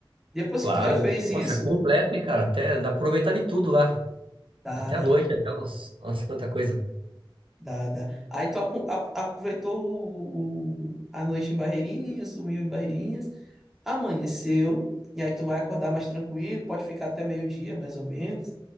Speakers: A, in the centre; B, on the right.
A: Depois
B: Claro.
A: que tu já fez
B: Nossa,
A: isso,
B: é completo, hein, cara? Até dá pra aproveitar de tudo lá.
A: dá,
B: Até
A: dá,
B: a noite, até uns... Nossa, quanta coisa.
A: dá, dá. Aí tu acu- a- aproveitou o- o- a noite em Barreirinhas, dormiu em Barreirinhas, Amanheceu, e aí tu vai acordar mais tranquilo, pode ficar até meio-dia, mais ou menos.